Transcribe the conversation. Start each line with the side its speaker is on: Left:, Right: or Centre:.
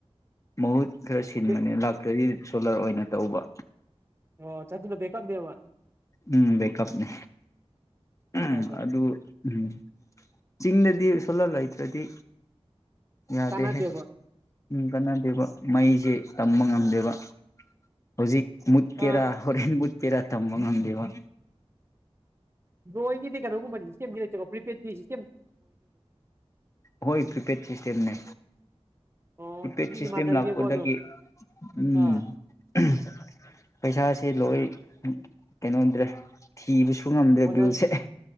Left: ꯃꯍꯨꯠ꯫ ꯈꯔ ꯁꯤꯟꯕꯅꯦ
Right: ꯕꯦꯛ
Left: ꯂꯥꯛꯇ꯭ꯔꯗꯤ꯫ ꯁꯣꯂꯔ ꯑꯣꯏꯅ ꯇꯧꯕ꯫
Right: ꯑꯣ ꯆꯥꯠꯇꯨꯅ ꯕꯦꯛꯑꯞ ꯅꯦꯕ꯫
Left: ꯎꯝ ꯕꯦꯀꯞ ꯅꯦ
Right: ꯑꯠꯆꯥ
Left: ꯎꯝ
Right: ꯑꯠꯆꯥ
Left: ꯑꯗꯨ ꯎꯝ ꯆꯤꯡꯗꯗꯤ ꯁꯣꯂꯔ ꯂꯩꯇꯔ꯭ꯗꯤ ꯌꯥꯗꯦꯍꯦ
Right: ꯀꯥꯟꯅꯗꯦꯕ
Left: ꯀꯥꯟꯅꯗꯦꯕ ꯃꯩꯁꯦ ꯇꯝꯕ ꯉꯝꯗꯦꯕ ꯍꯧꯖꯤꯛ ꯃꯨꯠꯀꯦꯔꯥ
Right: ꯑꯥ
Left: <unintelligible> ꯄꯦꯔꯥ ꯇꯥꯝꯕ ꯉꯝꯗꯦ ꯋꯥ
Right: ꯕꯣꯏ ꯒꯤꯗꯤ ꯀꯩꯅꯣ ꯒꯨꯝꯕꯅꯤ ꯁꯇꯦꯞ ꯒꯤ ꯂꯩꯇꯕ __ ꯄ꯭ꯔꯤꯄꯦꯠ ꯄꯤꯁꯤ
Left: ꯍꯣꯏꯠ ꯄ꯭ꯔꯤꯄꯦꯠ ꯁꯤꯁꯇꯦꯝ ꯅꯦ
Right: ꯑꯣ
Left: ꯄꯤꯄꯦꯗ
Right: ꯑꯗꯨꯗꯤ
Left: ꯁꯤꯁꯇꯦꯝ
Right: ꯃꯥꯟꯅꯩꯅꯦꯀꯣ
Left: ꯂꯥꯛꯄꯗꯒꯤ
Right: ꯑꯗꯨꯝ
Left: ꯎꯝ
Right: ꯑꯥ
Left: ꯑꯝ ꯄꯩꯁꯥ__ ꯁꯦ ꯂꯣꯏ ꯀꯩꯅꯣꯗ꯭ꯔꯦ ꯊꯤꯕꯁꯨ__ ꯕ ꯉꯝꯗꯦ
Right: ꯑꯣꯅ
Left: ꯚ꯭ꯌꯨꯁꯦ ꯑꯦ